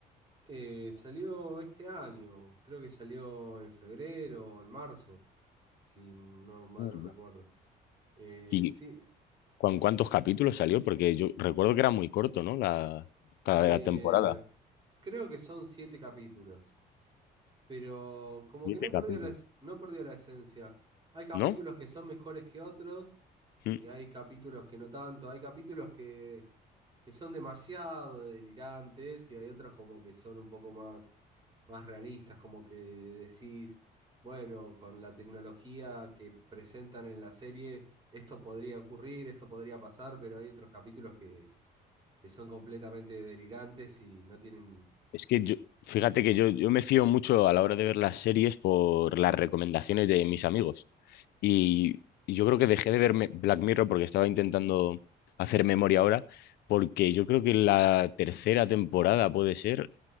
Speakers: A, on the right (about 25°); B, on the left (about 75°).
A: eh, salió este año, creo que salió en febrero o en marzo, si no mal
B: Mm.
A: no recuerdo. Eh,
B: Y
A: sí,
B: ¿Con cuántos capítulos salió? Porque yo recuerdo que era muy corto, ¿no? La, cada
A: eh,
B: temporada.
A: creo que son siete capítulos, pero como
B: Siete
A: que no perdió
B: capítulos.
A: la, es- no perdió la esencia. Hay capítulos
B: ¿No?
A: que son mejores que otros,
B: Mm.
A: y hay capítulos que no tanto, hay capítulos que, que son demasiado delirantes y hay otros como que son un poco más, más realistas, como que decís, bueno, con la tecnología que presentan en la serie, esto podría ocurrir, esto podría pasar, pero hay otros capítulos que, que son completamente delirantes y no tienen...
B: Es que yo, fíjate que yo, yo me fío mucho a la hora de ver las series por las recomendaciones de mis amigos. Y, y yo creo que dejé de verme Black Mirror porque estaba intentando hacer memoria ahora, porque yo creo que en la tercera temporada puede ser,